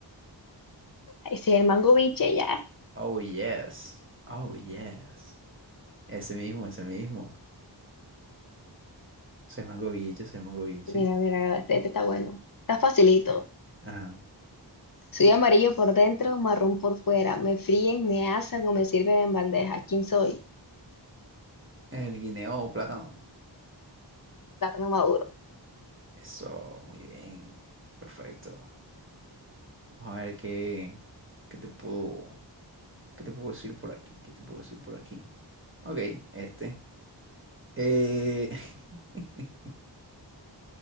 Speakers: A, on the left; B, on the right.
A: Ese es el mango biche, ya.
B: Oh, yes. Oh, yes. Ese mismo, ese mismo. Es el mango biche, es el mango biche.
A: Mira, mira, este, este está bueno. Está facilito.
B: Ajá.
A: Soy amarillo por dentro, marrón por fuera. Me fríen, me asan o me sirven en bandeja. ¿Quién soy?
B: Es el guineo o plátano.
A: Plátano maduro.
B: Eso, muy bien. Perfecto. Vamos a ver qué, qué te puedo, qué te puedo decir por aquí, qué te puedo decir por aquí. Ok, este. Eh, <laughs>